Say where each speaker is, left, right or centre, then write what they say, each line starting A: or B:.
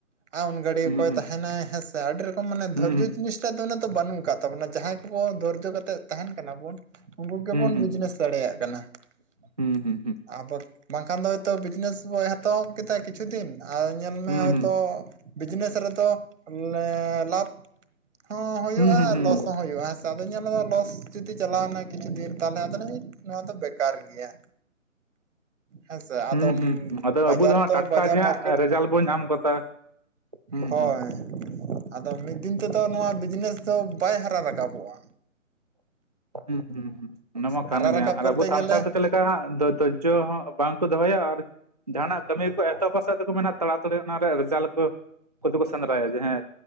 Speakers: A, on the right; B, on the right.
A: ᱟᱨ ᱩᱱ ᱜᱷᱟᱹᱲᱤᱠ
B: ᱦᱩᱸ
A: ᱚᱠᱚᱭ
B: ᱦᱩᱸ
A: ᱛᱟᱦᱮᱱᱟᱭ ᱦᱮᱸᱥᱮ ᱟᱹᱰᱤ ᱨᱚᱠᱚᱢ ᱢᱟᱱᱮ
B: ᱦᱩᱸ
A: ᱫᱷᱳᱨᱡᱚ ᱡᱤᱱᱤᱥ ᱴᱟᱜ ᱫᱚ ᱩᱱᱟᱹᱜ ᱫᱚ ᱵᱟᱹᱱᱩᱜ ᱠᱟᱫ ᱛᱟᱵᱚᱱᱟ ᱡᱟᱦᱟᱸᱭ ᱠᱚ‌ᱠᱚ ᱫᱷᱳᱨᱡᱚ ᱠᱟᱛᱮᱫ ᱛᱟᱦᱮᱱ ᱠᱟᱱᱟ ᱵᱚᱱ ᱩᱱᱠᱩ ᱜᱮᱵᱚᱱ
B: ᱦᱩᱸ ᱦᱩᱸ
A: ᱵᱤᱡᱽᱱᱮᱥ ᱫᱟᱲᱮᱭᱟᱜ ᱠᱟᱱᱟ ᱾
B: ᱦᱩᱸ ᱦᱩᱸ ᱦᱩᱸ
A: ᱟᱨ ᱵᱟᱼᱼ ᱵᱟᱝᱠᱷᱟᱱ ᱫᱚ ᱦᱚᱭᱛᱳ ᱵᱤᱡᱽᱱᱮᱥ ᱮᱛᱚᱦᱚᱵ ᱠᱮᱫᱟ ᱠᱤᱪᱷᱩ ᱫᱤᱱ ᱟᱨ ᱧᱮᱞᱢᱮ
B: ᱦᱩᱸ
A: ᱦᱚᱭᱛᱚ
B: ᱦᱩᱸ ᱦᱩᱸ
A: ᱵᱤᱡᱽᱱᱮᱥ ᱨᱮᱫᱚ ᱮᱸ ᱞᱟᱵᱷ ᱦᱚᱸ ᱦᱳᱭᱳᱜᱼᱟ
B: ᱦᱩᱸ ᱦᱩᱸ
A: ᱟᱨ
B: ᱦᱩᱸ
A: ᱞᱚᱥ ᱦᱚᱸ ᱦᱭᱳᱜᱼᱟ ᱦᱮᱥᱮ ᱟᱫᱚ ᱧᱮᱞᱢᱮ ᱞᱚᱥ ᱡᱩᱫᱤ ᱪᱟᱞᱟᱣ ᱮᱱᱟ ᱠᱤᱪᱷᱩ ᱫᱤᱱ ᱛᱟᱞᱼ ᱟᱫᱚᱢ ᱞᱮᱭᱟ ᱱᱚᱣᱟ ᱫᱚ ᱵᱮᱠᱟᱨ ᱜᱮᱭᱟ ᱦᱮᱸᱥᱮ ᱟᱫᱚ
B: ᱦᱩᱸ ᱦᱩᱸ ᱟᱫᱚ
A: ᱵᱟᱡᱟᱨ
B: ᱟᱵᱚ ᱫᱚ ᱦᱟᱸᱜ ᱴᱟᱴᱠᱟ
A: ᱵᱟᱡᱟᱨ
B: ᱜᱮ
A: ᱢᱟᱨᱠᱮᱴ
B: ᱦᱟᱸᱜ ᱨᱮᱡᱟᱞᱴ ᱵᱚᱱ ᱧᱟᱢ ᱜᱚᱫᱟ ᱦᱩᱸ
A: ᱦᱳᱭ
B: ᱦᱩᱸ
A: ᱟᱫᱚ ᱢᱤᱫ ᱫᱤᱱ ᱛᱮᱫᱚ ᱱᱚᱣᱟ ᱵᱤᱡᱽᱱᱮᱥ ᱫᱚ ᱵᱟᱭ ᱦᱟᱨᱟ ᱨᱟᱠᱟᱵᱚᱜᱼᱟ
B: ᱦᱩᱸ ᱦᱩᱸ ᱦᱩᱸ ᱾ ᱚᱱᱟᱢᱟ
A: ᱦᱟᱨᱟ
B: ᱠᱟᱱ ᱜᱮᱭᱟ
A: ᱨᱟᱠᱟᱵ ᱠᱚᱨᱛᱮ
B: ᱟᱨ ᱟᱵᱚ
A: ᱜᱮᱞᱮ
B: ᱥᱟᱱᱛᱟᱲ ᱫᱚ ᱛᱟᱞ ᱚᱱᱠᱟ ᱦᱟᱸᱜ ᱫᱷᱚᱨᱡᱚ ᱦᱚᱸ ᱵᱟᱝ ᱠᱚ ᱫᱚᱦᱚᱭᱟ ᱟᱨ ᱡᱟᱦᱟᱱᱟᱜ ᱠᱟᱹᱢᱤ ᱠᱚ ᱮᱛᱚᱦᱚᱵᱟ ᱥᱮ ᱛᱮᱠᱚ ᱢᱮᱱᱟ ᱛᱟᱲᱟ ᱛᱚ ᱚᱱᱟ ᱨᱮᱭᱟᱜ ᱨᱮᱡᱟᱞᱴ ᱠᱚ ᱩᱱᱠᱩ ᱫᱚᱠᱚ ᱥᱮᱸᱫᱽᱨᱟᱭᱟ ᱡᱮ ᱦᱮᱸ